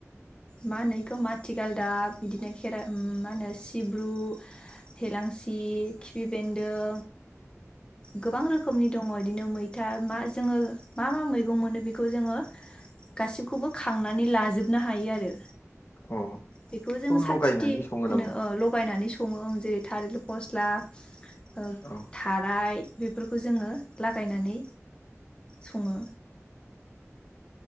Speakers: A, on the left; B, on the left.
A: मा होनो इखो माथिगालदाब इदिनो खेरा मा होनो सिब्रु, हेलांसि खिफि बेन्दों गोबां रोखोमनि दङ' बिदिनो मैथा मा जोङो मा-मा मैगं मोनो बेखौ जोङो गासैखौबो खांनानै लाजोबनो हायो आरो।
B: अ
A: बेखौ जोङो साथिथि
B: लगायनानै सङो
A: होनो
B: नामा
A: ओ लगायनानै सङो जेरै थालिर फस्ला। ओ
B: औ
A: थाराय बेफोरखौ जोङो लागायनानै। सङो